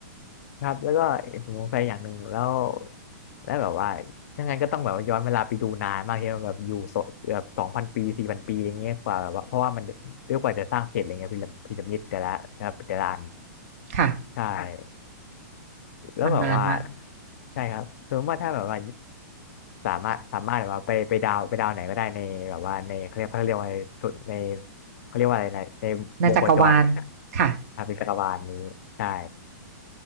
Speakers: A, on the left; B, on the right.
A: ครับแล้วก็ผมสงสัยอย่างหนึ่งแล้วแล้วแบบว่าถ้างั้นก็ต้องแบบว่าย้อนเวลาไปดูนานมากที่แบบอยู่โซเกือบสองพันปีสี่พันปีอะไรเงี้ยกว่าแบบว่าเพราะว่ามันด้วยกว่าจะสร้างเสร็จอะไรเงี้ยพีระพีระมิดแต่ละแต่ละแต่ละอัน
B: ค่ะ
A: ใช่ครับแล้วแบบว่า
B: มันนานมาก
A: ใช่ครับสมมติว่าถ้าแบบว่าสามารถสามารถแบบว่าไปไปดาวไปดาวไหนก็ได้ในแบบว่าในเขาเรียกเขาเรียกว่าในสุดในเขาเรียกว่าอะไรนะในวงโคจรนะ
B: ในจักรวาลค่ะ
A: ครับในจักรวาลนี้ใช่